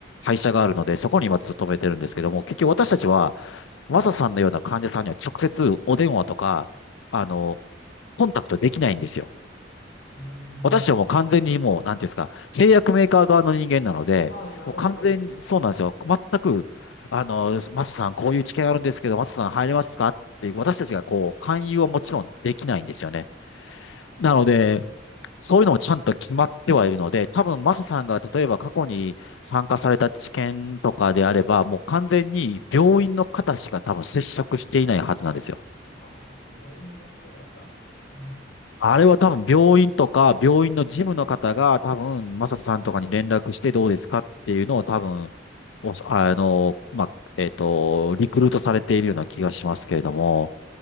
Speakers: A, on the left; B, on the left.
A: 会社があるので、そこに今勤めてるんですけども、結局私たちは、マサさんのような患者さんには直接お電話とか、あの、コンタクトできないんですよ。
B: うー
A: 私はもう完全にもう、
B: ん。
A: なんていうんですか、製薬メーカー側の人間なので、
B: ああ、なるほど。
A: もう完全に、そうなんですよ。全く、あの、マサさん、こういう知見あるんですけど、マサさん入れますかって、私たちがこう、勧誘はもちろんできないんですよね。
B: はあはあはあはあはあは
A: なので、そういうのもちゃんと決まってはいるので、多分マサさんが例えば過去に参加された知見とかであれば、もう完全に病院の方しか多分接触していないはずなんですよ。
B: あ。ああ、病院の人だったんですかね。
A: あれは多分病院とか、
B: うん、
A: 病院の事務の方が多分、マサさんとかに連絡してどうですかっていうのを多分、おあの、まあ、えっと、リクルートされているような気がしますけれども、